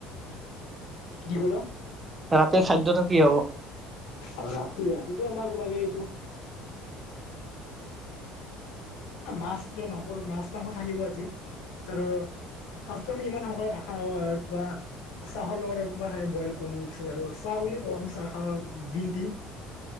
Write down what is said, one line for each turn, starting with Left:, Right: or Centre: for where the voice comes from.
Left: কি ক'লা
Right: ৰাতিৰ খাদ্যটো কি হব?
Left: আৰু ৰাতি ৰাতিটো আমাৰ ক'বাগে এইটো মাছ মাংস মাছ মাংস থাকিব আজি তাৰ ফাৰ্ষ্টটো আমি ইমান সক ৰাখা কিবা চাহৰ লগত এক বইল কণী পিছত আৰু চাহ বুলি কওঁ চাহ খাহ গ্ৰীণ টি।